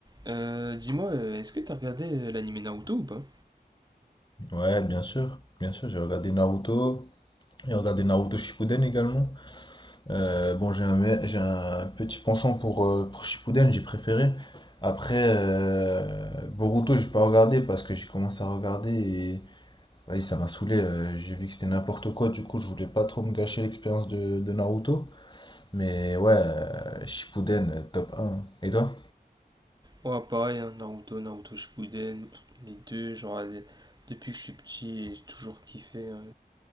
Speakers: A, on the right; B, on the left.
A: Euh, dis-moi, euh, est-ce que t'as regardé euh, l'anime Naruto ou pas?
B: Ouais, bien sûr, bien sûr, j'ai regardé Naruto, j'ai regardé Naruto Shippuden également. Euh, bon, j'ai un, me- j'ai un petit penchant pour, euh, pour Shippuden, j'ai préféré. Après, euh, Boruto, j'ai pas regardé parce que j'ai commencé à regarder et vas-y, ça m'a saoulé. euh, j'ai vu que c'était n'importe quoi, du coup, je voulais pas trop me gâcher l'expérience de, de Naruto. Mais ouais, euh, Shippuden, euh, top un Et toi?
A: Ouais, pareil, hein, Naruto, Naruto Shippuden, les deux, genre, les- depuis que je suis petit, j'ai toujours kiffé. hein.